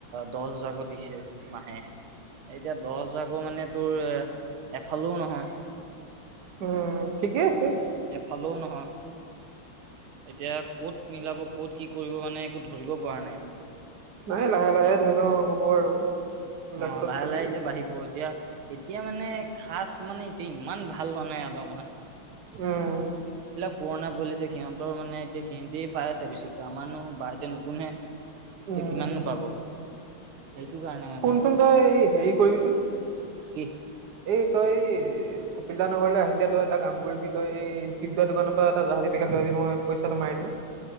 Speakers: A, on the right; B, on the right.
A: দহ হাজাৰকো দিছে ম আহে এতিয়া দহ হজাৰকৈ মানে তোৰ এফালেও নহয়।
B: উম ঠিকে আছে।
A: এফালেও নহয়। এতিয়া ক'ত মিলাব ক'ত কি কৰিব মানে একো ধৰিব পৰা নাই।
B: নাই লাহে লাহে ধৰি লও হব আৰু। লাইফত
A: অ লাহে
B: চলি
A: লাহে এতিয়া বাঢ়িব এতিয়া এতিয়া মানে খাচ মানে এতিয়া ইমান ভাল হোৱা নাই আদা
B: উম'।
A: পুৰণা পলিচছে সিহঁতৰ মানে এতিয়া সিহঁতেই পাই আছে বেছিকৈ আমাৰনো ব বাতে নতুনহে
B: উম
A: ত কিমাননো পাব সেইটো কাৰণে মানে।
B: চোন তই এই হেৰি কৰিবিচোন
A: কি
B: এই তই কপিল্লা নগৰলৈ আহিলে তই এটা কাম কৰিবি তই এই চিৱদাৰ দোকানৰ পৰা এটা জাহাদী মই পইচাটো মাৰি দিম।